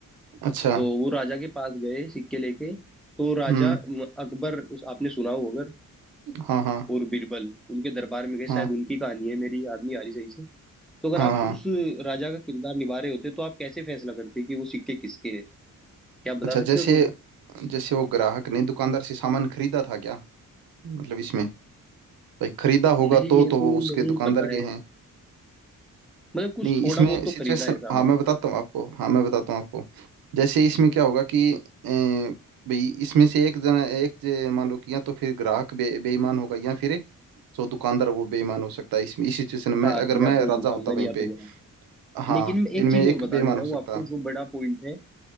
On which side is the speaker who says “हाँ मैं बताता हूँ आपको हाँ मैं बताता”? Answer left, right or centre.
Right